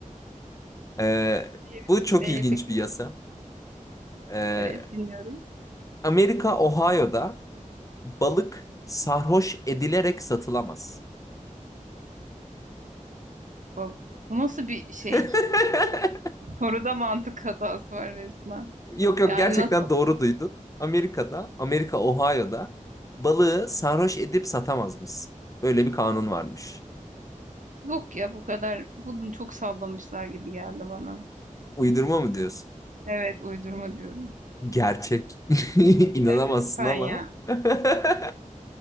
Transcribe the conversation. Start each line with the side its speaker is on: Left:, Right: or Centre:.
Left: Ee,
Right: Diğeri
Left: bu çok
Right: Neye
Left: ilginç
Right: peki?
Left: bir yasa. Ee,
Right: Evet, dinliyorum.
Left: Amerika, Ohio'da balık sarhoş edilerek satılamaz.
Right: Bu, bu nasıl bir şey?
Left: <laughs>
Right: Soruda mantık hatası var resmen.
Left: Yok yok
Right: Yani
Left: gerçekten
Right: nasıl?
Left: doğru duydun. Amerika'da, Amerika Ohio'da balığı sarhoş edip satamazmış. Böyle bir kanun varmış.
Right: Yok ya bu kadar. Bunu çok sallamışlar gibi geldi bana.
Left: Uydurma mı diyorsun?
Right: Evet, uydurma diyorum.
Left: Gerçek. <laughs> İnanamazsın
Right: Ya lütfen
Left: ama.
Right: ya.
Left: <laughs>